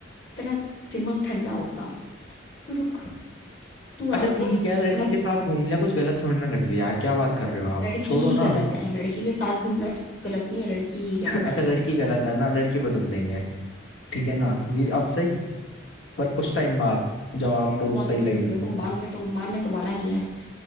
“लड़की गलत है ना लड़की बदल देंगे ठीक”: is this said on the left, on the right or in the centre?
Left